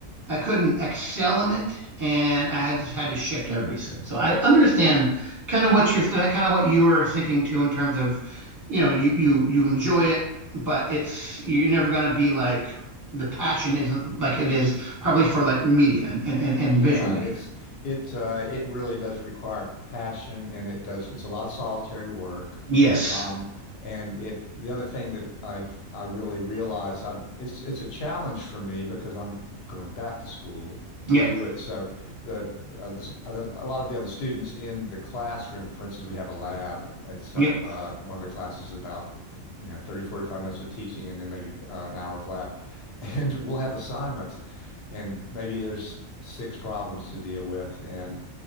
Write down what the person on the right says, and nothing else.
I couldn't excel in it, and I just had to shift everything. So I understand
kind of what you're that kind of what you were thinking too in terms of, you know, you you you enjoy it, but it's you're never gonna be like the passion isn't like it is probably for like media and and and, and
visual media.
Yes.
Yep.
Yep.